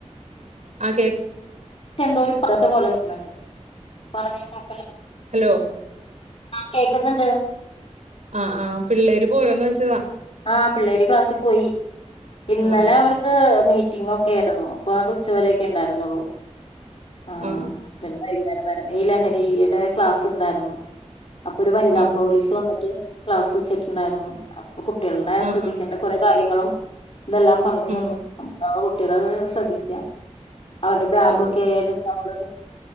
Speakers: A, on the right (about 80°); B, on the left (about 55°).
A: ആ കേക്
B: ട്ടെന്തൊരു കുറേശ്ശേ പോലെ നിന്നണ്ട് പറഞ്ഞ് ക
A: ഹലോ
B: കേക്ക്ന്നെണ്ട്
A: അ ആ പിള്ളേര് പോയോന്ന് ഓച്ചതാ
B: ആഹ് പിള്ളേര് ക്ലാസ്സിപോയി ഇന്നലെ
A: ആ
B: അവർക്ക് മീറ്റ് റ്റിങ്ങൊക്കെ ആയിരുന്നു അപ്പ അത് ഉച്ചവരക്കെ എണ്ടാരുന്നുള്ളൂ ആഹ്
A: ആ ആ
B: പിന്നെ വൈകുന്നേരം വരെ നീലഹരീടെ ക്ലാസ്സ്‌ ഇണ്ടാരുന്നു അപ്പൊര് വനിതാ
A: ആ
B: പോലിസ് വന്നിട്ട് ക്ലാസ്സ് വെച്ചിട്ട് ഇണ്ടാരുന്നു അപ് കുട്ടികൾടെ
A: ആ ആ
B: ശ്രെദ്ധിക്കേണ്ട
A: ആ
B: കുറെ കാര്യ നിങ്ങളും ഇതെല്ലാം പറഞ്ഞു
A: ഉം
B: തന്നു അപ്പങ്ങള് കൊടു ട്ടിയളത് ശ്രദ്ധിക്ക്യ അവരുടെ ബ്യാഗൊക്കെ
A: ആ
B: ആയാലും നമ്മള്